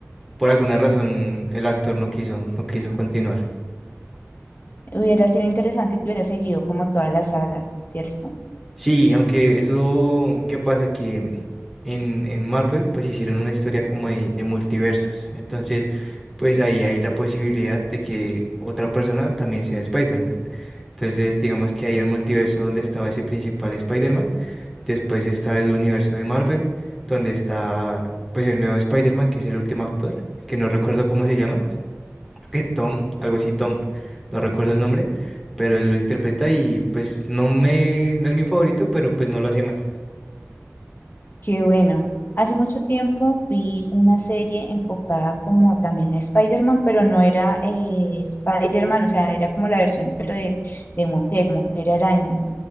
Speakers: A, in the centre; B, on the left (about 45°).
A: por alguna razón, el actor no quiso, no quiso continuar.
B: Hubiera sido interesante que hubiera seguido como toda la saga, ¿cierto?
A: Sí, aunque eso, ¿qué pasa? Que en, en Marvel pues hicieron una historia como de, de multiversos. Entonces, pues ahí hay la posibilidad de que otra persona también sea Spider-Man. Entonces, digamos que ahí el multiverso donde estaba ese principal Spider-Man. Después está el universo de Marvel, donde está pues el nuevo Spider-Man, que es el último actor, que no recuerdo cómo se llama que Tom, algo así, Tom, no recuerdo el nombre, pero él lo interpreta y pues no me, no es mi favorito, pero pues no lo hace mal.
B: Qué bueno. Hace mucho tiempo vi una serie enfocada como también a Spider-Man, pero no era eh, Spider-Man, o sea, era como la versión, pero de, de mujer, mujer araña.